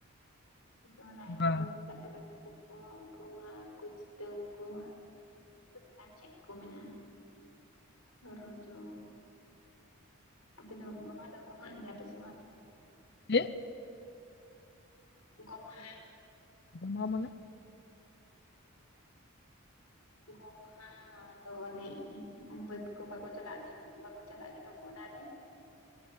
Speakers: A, on the left; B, on the left.
A: ᱥᱚᱦᱨᱟᱭ
B: ᱚᱱᱠᱟ
A: ᱠᱚ, ᱥᱟᱠᱨᱟᱛ ᱠᱚ, ᱜᱚᱢᱦᱟ ᱠᱚ, ᱪᱤᱛᱟᱹᱝ ᱠᱚ, ᱟᱨᱚ ᱟᱹᱰᱤᱜᱟᱱ ᱪᱮᱫ ᱠᱚ ᱢᱮᱱᱟᱜᱼᱟ ᱨᱚᱡᱚ ᱟᱯᱮ ᱫᱚ ᱜᱚᱢᱦᱟ ᱫᱚ ᱜᱚᱢᱦᱟᱜ ᱜᱮᱟ ᱯᱮ ᱥᱮ ᱵᱟᱝ ᱜᱮ?
B: ᱪᱮᱜ?
A: ᱜᱚᱢᱦᱟ
B: ᱜᱚᱢᱦᱟ ᱢᱟᱱᱮ?
A: ᱜᱚᱢ ᱦᱟ ᱫᱚ ᱚᱱᱮ ᱵᱟᱹᱫᱽ ᱠᱚ ᱵᱟᱠᱚ ᱪᱟᱞᱟᱜ ᱫᱤᱱ ᱵᱟᱠᱚ ᱪᱟᱞᱟᱜ ᱜᱮᱫᱚ ᱠᱚ ᱚᱱᱟᱨᱮ᱾